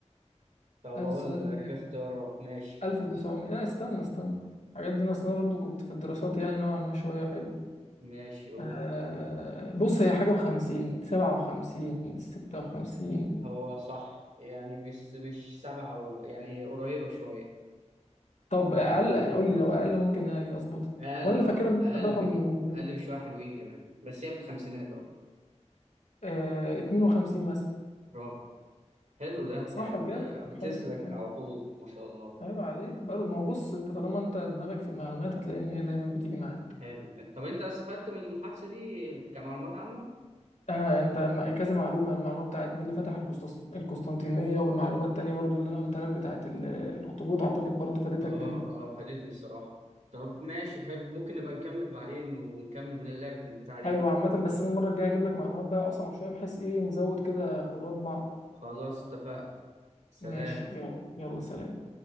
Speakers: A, on the right; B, on the left.
A: طب
B: 1900
A: اقول لك
B: كام
A: اختيارات ماشي
B: 1900 لا استنى استنى الحاجات دي انا اصلا برضو كنت في الدراسات يعني نوعا ما شويه حلو
A: ماشي قول
B: آه بص هي حاجة وخمسين سبعة وخمسين ستة وخمسين
A: هو صح يعني مش مش سبعة و... يعني قريبة شوية
B: طب أقل قول لي لو أقل ممكن أظبطها
A: أقل
B: وأنا اللي
A: أه
B: فاكرها إن
A: أقل
B: هو كان رقم
A: بك أقل بشوية حلوين كمان بس هي في الخمسينات أه
B: آه اتنين وخمسين مثلا
A: برافو حلو ده
B: صح
A: يعني أنت
B: بجد طب
A: بتسلك
B: حلو حلو
A: على طول ما شاء الله
B: عيب عليك برضه ما هو بص أنت طالما أنت دماغك في المعلومات هتلاقي إن هي دايما بتيجي معاك
A: حلو طب أنت استفدت من المحادثة دي كمعلومات عامة؟
B: أنا أنت م- كذا معلومة المعلومة بتاعت مين اللي فتح القسطس- القسطنطينية والمعلومة التانية برضو اللي أنا قلتها لك بتاعت ال- الأخطبوط أعتقد برضو فادتك
A: أه
B: جدا
A: أه فادتني الصراحة طب ماشي حلو ممكن نبقى نكمل بعدين ونكمل اللعب في البتاع دي
B: حلو عامة بس انا المرة الجاية هجيب لك معلومات بقى اصعب شوية بحيث ايه نزود كده خبرات بعض
A: خلاص اتفقنا سلام
B: ماشي يلا يلا سلام